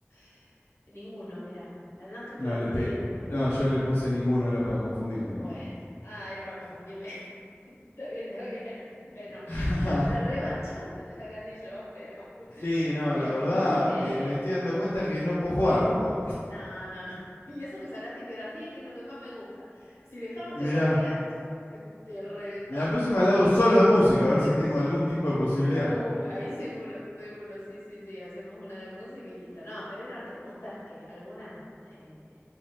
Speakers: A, on the left; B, on the left.
A: <sighs> Ninguno, mira. La blanca, claro,
B: No, le
A: no
B: pe-
A: tiene número.
B: no yo le puse ninguno, era para confundirte
A: Bueno,
B: nomás.
A: ah, era para confundirme. <laughs> Está bien, está bien. <laughs> Bueno,
B: <laughs>
A: la revancha <laughs> la gané yo, pero, <laughs>
B: sí, no,
A: pero
B: la verdad,
A: muy de...
B: eh, me estoy dando cuenta que no puedo jugar con vos.
A: No, no, no. <laughs> Y eso que sacaste geografía, que es lo que más me gusta. Si dejaba geografía,
B: Mirá,
A: <laughs> te reventaba.
B: la próxima la hago solo de música,
A: <laughs>
B: a ver si tengo algún tipo de posibilidad.
A: Uh, ahí seguro, seguro, sí, sí, sí, hacemos una de música y listo. No, pero eran preguntas que algunas, eh,